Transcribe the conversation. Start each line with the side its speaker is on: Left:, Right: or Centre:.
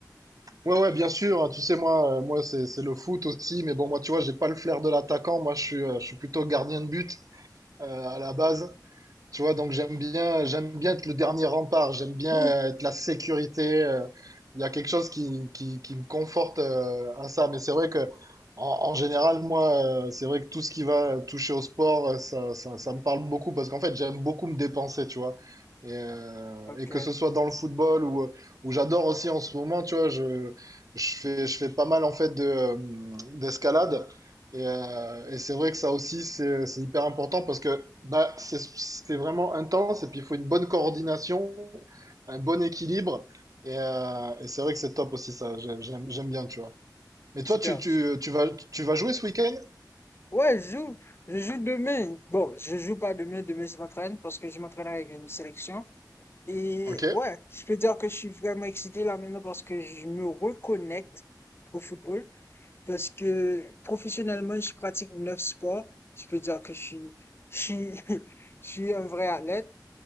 Right: Ouais, ouais, bien sûr. hein, tu sais, moi, euh, moi, c'est, c'est le foot aussi. Mais bon, moi, tu vois, j'ai pas le flair de l'attaquant. Moi, je suis, euh, je suis plutôt gardien de but. euh, à la base. Tu vois, donc j'aime bien, j'aime bien être le dernier rempart, j'aime bien
Left: Mm.
Right: être la sécurité. euh, Il y a quelque chose qui, qui, qui me conforte euh, à ça. Mais c'est vrai que, en, en général, moi, euh, c'est vrai que tout ce qui va toucher au sport, euh, ça, ça, ça me parle beaucoup parce qu'en fait, j'aime beaucoup me dépenser, tu vois. Et, euh,
Left: Ok,
Right: et que ce soit dans le football ou, ou j'adore aussi en ce moment, tu vois, je, je fais, je fais pas mal en fait de, euh, d'escalade. Et, euh, et c'est vrai que ça aussi, c'est, c'est hyper important parce que bah, c'est c'est vraiment intense et puis il faut une bonne coordination, un bon équilibre. Et, euh, et c'est vrai que c'est top aussi, ça. J'ai- J'aime, j'aime bien, tu vois. Mais
Left: super.
Right: toi, tu, tu, tu vas, tu vas jouer ce week-end?
Left: Ouais, je joue, je joue demain. Bon, je joue pas demain, demain je m'entraîne parce que je m'entraîne avec une sélection. Et
Right: Ok.
Left: ouais, je peux dire que je suis vraiment excité là maintenant parce que je me reconnecte au football. Parce que professionnellement, je pratique neuf sports. Je peux dire que je suis, je suis, <laughs> je suis un vrai athlète.